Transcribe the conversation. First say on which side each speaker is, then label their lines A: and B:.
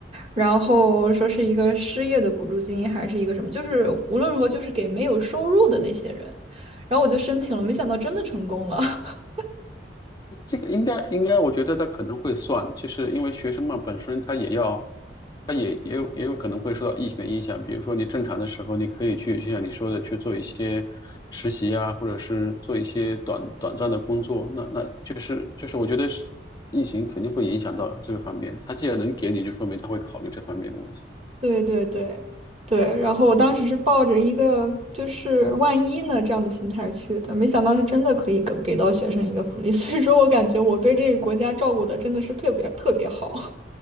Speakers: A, on the right; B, on the left.
A: 然后说是一个失业的补助金，还是一个什么，就是无论如何就是给没有收入的那些人。然后我就申请了，没想到真的成功了。<laughs>
B: 这个应该应该，我觉得他可能会算，就是因为学生嘛，本身他也要，他也也有也有可能会受到疫情的影响。比如说你正常的时候，你可以去，就像你说的，去做一些实习啊，或者是做一些短短暂的工作。那那就是就是，我觉得是疫情肯定会影响到这个方面。他既然能给你，就说明他会考虑这方面的问题。
A: 对对对对，然后我当时是抱着一个就是万一呢这样的心态去的，没想到是真的可以给给到学生一个福利，所以说我感觉我被这个国家照顾的真的是特别特别好。